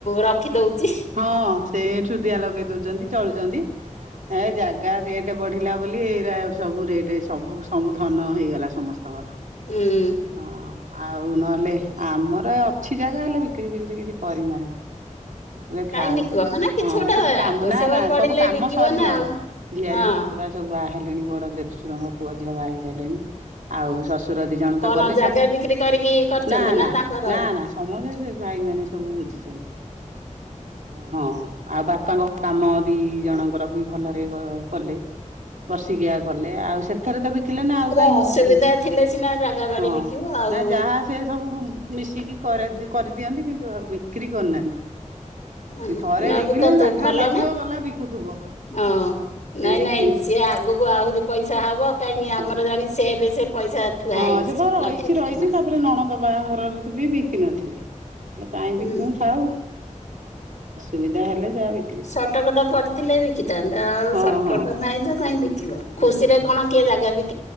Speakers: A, on the left (about 65°); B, on the right (about 80°).
A: ରଖିଦଉଛି
B: ହଁ। ସେ ସୁୁଦିଆ ଲଗେଇ ଦଉଛନ୍ତି ଚଳୁଛନ୍ତି ଏ ଜାଗା ରେଟ ବଢିଲା ବୋଲି ଏଇ ସବୁ ରେଟ ସବୁ ସବୁ ଧନ ହେଇଗଲା ସମସ୍ତଙ୍କର
A: ହୁଁ
B: ହଁ ଆଉ ନହେଲେ ଆମର ଏ ଅଛି ଜାଗା ହେଲେ ବିକ୍ରି ଫିକ୍ରି କିଛି କରିନାହାନ୍ତି। ଲେ ଥାଉ
A: କାହିଁ ବିକିବ ମାନେ
B: ହଁ
A: ଗୋଟେ
B: କିଛି କାମ
A: ଆବଶ୍ୟକ
B: ନା ନା
A: ପଡିଲେ
B: ସବୁ କାମ
A: ବିକିବ
B: ସରିଲାଣି
A: ନା ଆଉ
B: ଝିଆରୀ
A: ହଁ
B: ପୁତୁରା ସବୁ ଵାଆହେ ଲେଣି ବଡ଼ ଦେଢଶୁର ଙ୍କ ପୁଅ ଝିଅ ବାହା ହୋଇସାରିଲେଣି ଆଉ ଶ ସୁର ଦି ଜଣ
A: କଣ
B: ତ ଗଲେ
A: ଜାଗା
B: ସବୁ
A: ବିକ୍ରି କରିକି କରିଛନ୍ତି
B: ନା ନା
A: ତାଙ୍କର
B: ନା ନା ସମସ୍ତେ ସେ ଭାଇ ମାନ ସବୁ ବୁଝିଛନ୍ତି। ହଁ ଆଉ ବାପାଙ୍କ କାମ ଦି ଜଣଙ୍କର ବି ଭଲରେ କ-କଲେ। ବର୍ଷିକିଆ କଲେ ଆଉ ସେଥିରେ ତ ବିକିଲେ ନା ଆଉ
A: ପୁରା
B: କାହିଁକି
A: ଅସୁବିଧା
B: <unintelligible>
A: ଥିଲେ ସିନା ଜାଗା ବାଡି
B: ହଁ
A: ବିକିବ ଆଉ
B: ନା ଯାହା ସେ ସବୁ ମିଶିକି କରେ କରିଦିଅନ୍ତି କିନ୍ତୁ ଆଉ ବିକ୍ରି କରୁନାହାନ୍ତି।
A: ହଁ
B: ଥରେ
A: ନବିକନ୍ତୁ
B: ବିକିଲେ ପାଟିରେ
A: ଭଲ
B: ଲାଗିବ
A: ନା।
B: ଗଲା ବିକୁଥିବ
A: ହଁ
B: ସେ
A: ନାଇଁ
B: ବିକି
A: ନାଇଁ ସିଏ ଆଗକୁ ଆହୁରି ପଇସା ହବ। କାହିଁକି ଆମର
B: ହଁ
A: ଜାଣି ସେ ଏବେ ସେ ପଇସା ଥୁଆ
B: ହଁ
A: ହେଇଛି
B: ସେ ତ ରହିଛି
A: ଲକ୍ଷେ ଦି
B: ରହିଛି
A: ଟଙ୍କା
B: ତାପରେ ନଣଦ ବାହାରରେ ବି ବିକିନଥିଲେ ହେଲେ କାହିଁ
A: ହୁଁ
B: ବିକମୁ ଥାଉ। ସୁବିଧା ହେଲେ ଯା ବିି
A: ଶଟକଟ ପଡିଥିଲେ ବିକିଥାନ୍ତେ ଆଉ
B: ହଁ
A: ସଟକଟ
B: ହଁ।
A: ନାହିଁ ତ କାଇହିଁ ବିକିବ
B: ହଁ
A: ଖୁସି
B: ହଁ।
A: ରେ କଣ କିଏ ଜାଗା ବିକ